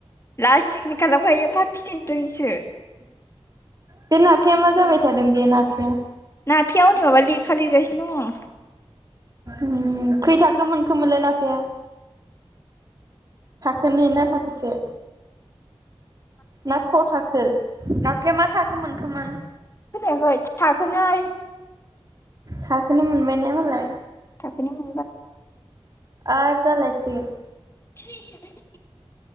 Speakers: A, on the left; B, on the right.
A: लासिंसिं खालामखायो फाफि थैनोरोङिसो।
B: बे ना बे मा जाबाय सोलों बेयो नाफेया
A: नाफिवा हनै माबा लेखा लिरगासिनो दङ।
B: ओम खै थाखो मोनखोम मोनलाय नाफेया? थाखोनै ना थाखोसे? ना ख' थाखो? नाफेया मा थाखो मोनखोमोन?
A: <unintelligible> थाखोनै।
B: थाखोनै मोनबाय ने मालाय?
A: थाखोनै मोन
B: आर जालायसिगोन
A: <unintelligible>